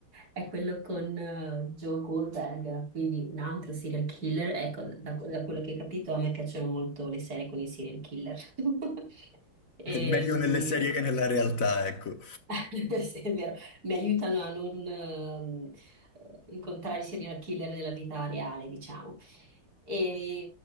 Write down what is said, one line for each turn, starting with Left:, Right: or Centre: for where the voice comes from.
Right: È quello con eh, Joe Goldberg, quindi un altro serial killer. Ecco, da, da quello che ho capito, a me piacciono molto le serie con i serial killer. <laughs>
Left: È
Right: Ehm,
Left: meglio nelle serie che nella realtà, ecco.
Right: <laughs> sì, è vero, mi aiutano a non ehm, incontrare i serial killer nella vita reale, diciamo. E,